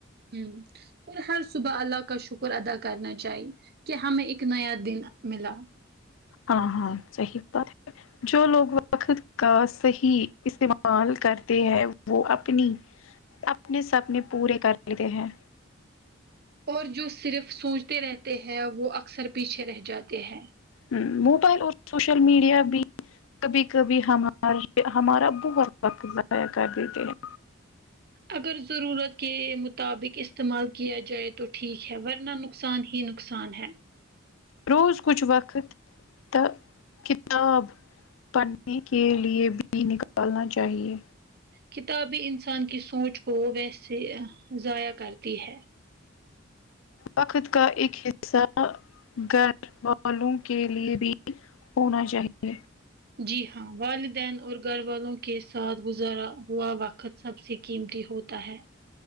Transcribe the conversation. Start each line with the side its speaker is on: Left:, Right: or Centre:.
Right: ہوں اور ہر صبح اللہ کا شکر ادا کرنا چاہیے کہ ہمیں ایک نیا دن ملا
Left: ہاں ہاں صحیح بات ہے جو لوگ وقت کا صحیح استعمال کرتے ہیں وہ اپنی اپنے سپنے پورے کر لیتے ہیں
Right: اور جو صرف سوچتے رہتے ہیں وہ اکثر پیچھے رہ جاتے ہیں
Left: ہوں موبائل اور سوشل میڈیا بھی کبھی کبھی ہمار ہمارا بہت وقت ضائع کر دیتے ہیں
Right: اگر ضرورت کے مطابق استعمال کیا جائے تو ٹھیک ہے ورنہ نقصان ہی نق صان ہے
Left: روز کچھ وقت تو کتاب پڑھنے کے لئے بھی نکالنا چاہئے
Right: کتابیں انسان کی سوچ کو ویسے اہ ضائع کرتی ہے
Left: وقت کا ایک حصہ گھر والوں کے لیے بھی ہونا چاہیے
Right: جی ہاں والدین اور گھر والوں کے ساتھ گزارا ہوا وق ت سب سے قیمتی ہوتا ہے